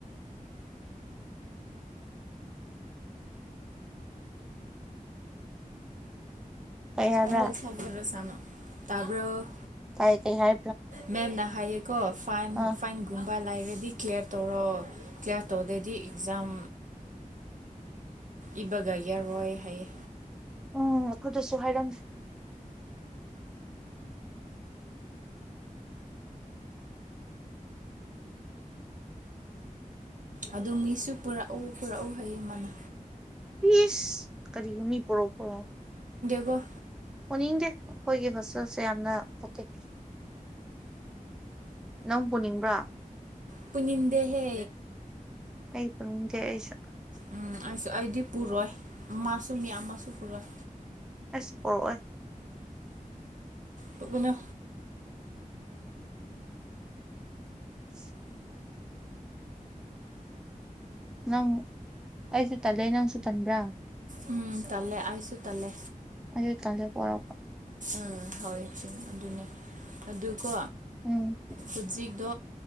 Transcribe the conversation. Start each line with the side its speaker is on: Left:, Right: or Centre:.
Centre: <inaudible> ꯀꯩ ꯍꯥꯏꯕ꯭ꯔꯥ
Right: ꯑꯣ ꯃꯣꯏꯁꯕ ꯔ ꯆ ꯑꯃ ꯇꯥꯕ
Centre: ꯀꯥꯏ ꯀꯩ ꯍꯥꯏ
Right: ꯃꯦꯝꯅ ꯍꯥꯏꯌꯦꯀꯣ ꯐꯥꯏꯟ
Centre: ꯑꯥ
Right: ꯐꯥꯏꯟꯒꯨꯝꯕ ꯂꯥꯏꯕ꯭ꯔꯦꯗꯤ ꯀ꯭ꯂꯤꯌꯥꯔ ꯇꯧꯔꯣ ꯀ꯭ꯂꯤꯌꯥꯔ ꯇꯧꯗꯗꯤ ꯑꯦꯛꯖꯥꯝ ꯏꯕꯒ ꯌꯥꯔꯔꯣꯏ ꯍꯥꯏꯌꯦ
Centre: ꯎꯝ ꯑꯩꯈꯗꯁꯨ ꯍꯥꯏꯔꯝ
Right: ꯑꯗꯨ ꯃꯤꯁꯨ ꯄꯨꯔꯛꯎ ꯄꯨꯔꯛꯎ ꯍꯥꯏꯌꯦꯡ ꯃꯥꯅꯦ
Centre: ꯤꯁ ꯀꯔꯤ ꯃꯤ ꯄꯔꯛꯑꯣ ꯄꯔꯛꯑꯣ
Right: ꯋꯥ
Centre: ꯑꯣꯅꯤꯡꯗꯦ ꯑꯩꯈꯣꯏꯒꯤ ꯐꯣꯁꯜꯁꯦ ꯌꯥꯝꯅ ꯄꯀꯩ ꯅꯪ ꯄꯨꯅꯤꯡꯕ꯭ꯔꯥ
Right: ꯄꯨꯅꯤꯡꯗꯍꯦ
Centre: ꯑꯩ ꯁꯀ
Right: ꯎꯝ ꯑꯩꯁꯨ ꯑꯩꯗꯤ ꯄꯨꯔꯣꯏ ꯑꯃꯁꯨ ꯃꯤ ꯑꯃꯁꯨ ꯄꯨꯔꯣꯏ
Centre: ꯑꯁ ꯄꯑꯣꯦ
Right: ꯄꯒꯅ
Centre: <unintelligible> ꯅꯪ ꯑꯩꯁꯨ ꯇꯜꯂꯦ ꯅꯪꯁꯨ ꯇꯟꯕ꯭ꯔꯥ
Right: ꯎꯝ ꯇꯂꯦ ꯑꯁꯨ ꯇꯂꯦ
Centre: ꯑꯗꯨ ꯇꯦ ꯄꯨꯔꯛ
Right: ꯑꯥ ꯍꯋꯦ ꯁꯤ ꯑꯗꯨꯅꯦ ꯑꯗꯨꯀꯣ
Centre: ꯎꯝ
Right: ꯍꯧꯖꯤꯛꯇꯣ